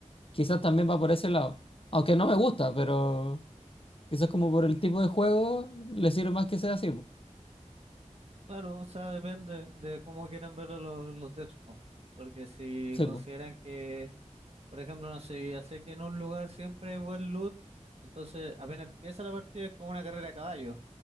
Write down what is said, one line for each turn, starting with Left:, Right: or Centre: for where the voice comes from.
Left: Quizás también va por ese lado. Aunque no me gusta, pero quizás como por el tipo de juego, le sirve más que sea así. pues.
Right: Claro, o sea, depende de cómo quieran verlo los, los devs, po. Porque si
Left: Sí,
Right: consideran
Left: pues.
Right: que, por ejemplo, no sé, ya sé que en un lugar siempre hay buen loot, entonces apenas empieza la partida es como una carrera a caballo.